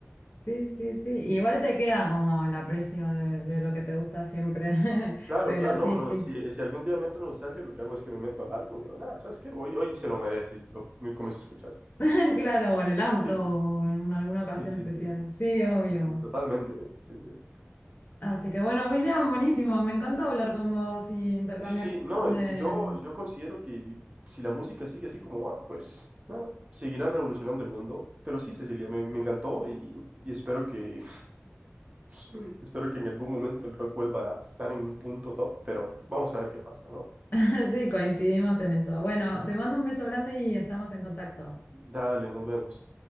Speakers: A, on the left (about 45°); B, on the right (about 30°).
A: sí, sí, sí. Igual te queda como el aprecio de, de lo que te gusta siempre,
B: Claro,
A: <laughs> pero
B: claro, no,
A: sí,
B: no,
A: sí.
B: si, si algún día me entra nostalgia, lo que hago es que me meto al álbum y digo, nada, ¿sabes qué? Hoy, hoy se lo merece y lo me comienzo a escuchar.
A: <laughs> Claro, bueno, el auto
B: Sí, sí,
A: o
B: sí,
A: en alguna ocasión
B: sí,
A: especial.
B: sí, sí,
A: Sí, obvio.
B: sí, sí, totalmente, ¿eh? Sí, sí.
A: Así que bueno, William, buenísimo. Me encantó hablar con vos y intercambiar
B: Sí, sí,
A: un
B: no,
A: montón
B: y
A: de...
B: yo, yo considero que si la música sigue así como va, pues, no, seguirá revolucionando el mundo. Pero sí, Cecilia, me, me encantó y, y espero que, <laughs> espero que en algún momento el rock vuelva a estar en un punto top, pero vamos a ver qué pasa, ¿no?
A: <laughs> Sí, coincidimos en eso. Bueno, te mando un beso grande y estamos en contacto.
B: Dale, nos vemos.